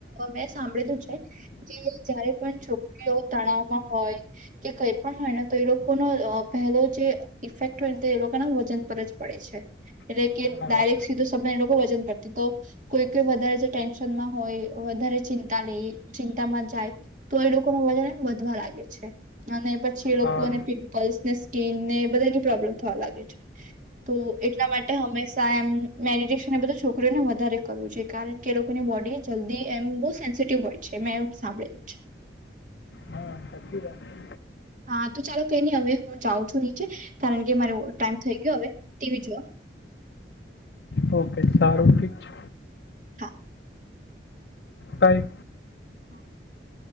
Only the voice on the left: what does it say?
હા
હા
હા સાચી વાત
ઓકે સારું ઠીક છે.
બાય